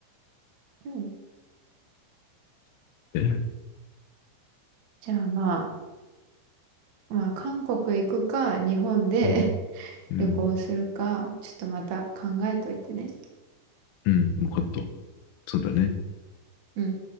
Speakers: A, on the right (about 55°); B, on the left (about 80°).
A: うん。
B: え
A: じゃあまあ、まあ、韓国行くか、日本で
B: うん。
A: <laughs>
B: うん。
A: 旅行するか、ちょっとまた考えといてね。
B: うん、分かった。そうだね。
A: うん